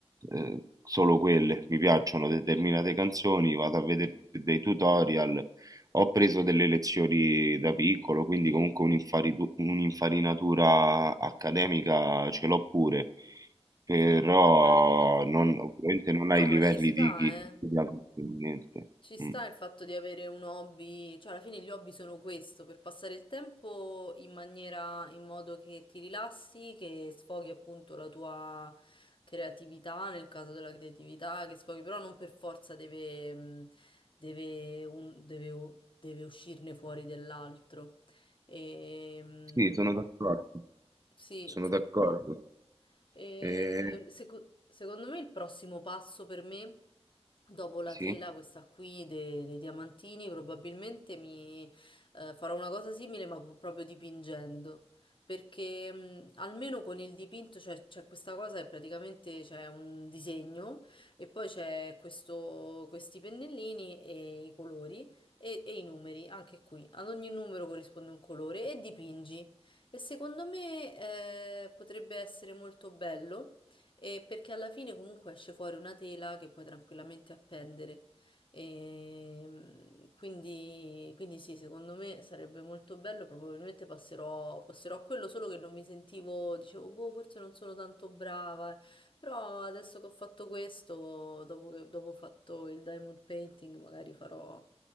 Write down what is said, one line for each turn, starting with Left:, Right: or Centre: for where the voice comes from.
Right: eh, solo quelle, mi piacciono determinate canzoni, vado a vedere dei tutorial, ho preso delle lezioni da piccolo, quindi comunque un'infaritu- un'infarinatura accademica ce l'ho pure, però
Left: certo.
Right: non, ovviamente non hai
Left: No,
Right: i livelli
Left: ma ci sta,
Right: di chi
Left: eh.
Right: ha studiato niente.
Left: Ci sta
Right: Mm.
Left: il fatto di avere un hobby, cioè alla fine gli hobby sono questo, per passare il tempo in maniera, in modo che ti rilassi, che sfoghi appunto la tua creatività, nel caso della creatività, che sfoghi, però non per forza deve, mh, deve, un- deve- deve uscirne fuori dell'altro. E, mh,
Right: Sì, sono d'accordo,
Left: sì,
Right: sono
Left: infatti.
Right: d'accordo.
Left: E
Right: Eh,
Left: seco- secondo me il prossimo passo per me, dopo la
Right: sì.
Left: tela, questa qui de- dei diamantini, probabilmente mi eh, farò una cosa simile, ma con- proprio dipingendo. Perché mh, almeno con il dipinto c'è c'è questa cosa che praticamente c'è un disegno e poi c'è questo- questi pennellini e i colori e, e i numeri, anche qui. Ad ogni numero corrisponde un colore e dipingi. E secondo me eh, potrebbe essere molto bello, eh, perché alla fine comunque esce fuori una tela che puoi tranquillamente appendere. Ehm, quindi, quindi sì, secondo me sarebbe molto bello, probabilmente passerò, passerò a quello, solo che non mi sentivo, dicevo, boh, forse non sono tanto brava, eh. Però adesso che ho fatto questo, dopo che, dopo ho fatto il diamond painting, magari farò